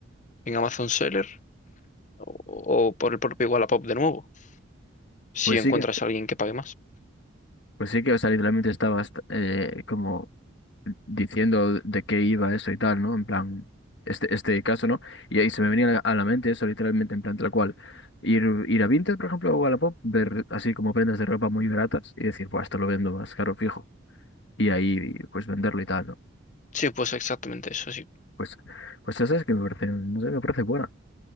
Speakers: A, on the left; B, on the left.
A: en Amazon Seller, o, o por el propio Wallapop de nuevo, si
B: Pues
A: encuentras
B: sí que,
A: a alguien que pague más.
B: pues sí que, o sea, literalmente estabas eh, como diciendo de qué iba eso y tal, ¿no? En plan, este, este caso, ¿no? Y ahí se me venía a la a la mente eso, literalmente, en plan tal cual. Ir, ir a Vinted, por ejemplo, o a Wallapop, ver así como prendas de ropa muy baratas y decir, pues esto lo vendo más caro fijo. Y ahí, pues venderlo y tal, ¿no?
A: Sí, pues exactamente eso, sí.
B: Pues, pues eso es que me parece, no sé, me parece buena,